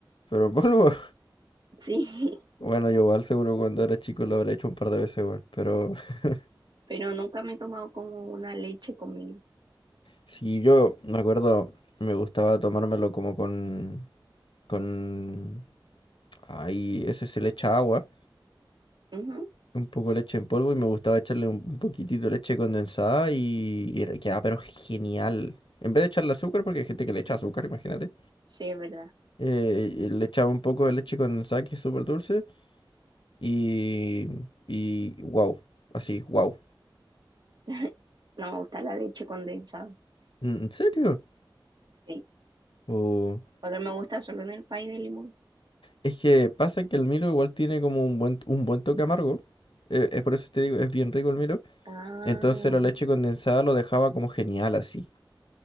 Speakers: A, on the left (about 75°); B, on the right (about 60°).
A: Pero en polvo. <laughs>
B: <laughs> sí,
A: Bueno, yo igual seguro cuando era chico lo habré hecho un par de veces, weón. Pero <laughs>
B: pero nunca me he tomado como una leche con Milo.
A: sí, yo me acuerdo, me gustaba tomármelo como con... con... Ay, ese se le echa agua.
B: Ujú,
A: un poco de leche en polvo y me gustaba echarle un, un poquitito de leche condensada y, y re- quedaba pero genial. En vez de echarle azúcar, porque hay gente que le echa azúcar, imagínate,
B: Sí, es verdad.
A: eh, y le echaba un poco de leche condensada que es súper dulce y, y wow, así, wow.
B: <laughs> No me gusta la leche condensada.
A: ¿En en serio?
B: Sí.
A: O-
B: Otro me gusta solo en el pay de limón.
A: es que pasa que el Milo igual tiene como un buen, un buen toque amargo. eh, es por eso te digo, es bien rico el Milo.
B: Ah,
A: Entonces la leche condensada lo dejaba como genial así.